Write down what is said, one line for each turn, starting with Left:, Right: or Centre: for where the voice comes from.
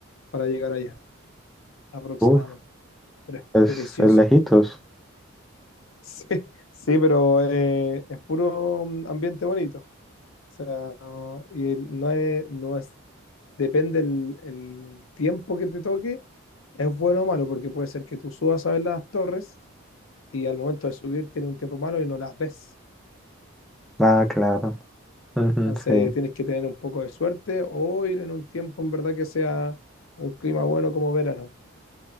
Left: para llegar allá, aproximadamente.
Centre: Ujú. Uf,
Left: Pero es
Centre: es,
Left: precioso.
Centre: es lejitos.
Left: <laughs> Sí, sí, pero eh, es puro mm, ambiente bonito. O sea, no- y el- no es, no es, depende el, el tiempo que te toque, es bueno o malo, porque puede ser que tú subas a ver las torres y al momento de subir tiene un tiempo malo y no las ves.
Centre: Ah, claro. Ujú,
Left: Entonces
Centre: sí.
Left: tienes que tener un poco de suerte o ir en un tiempo en verdad que sea un clima bueno como verano.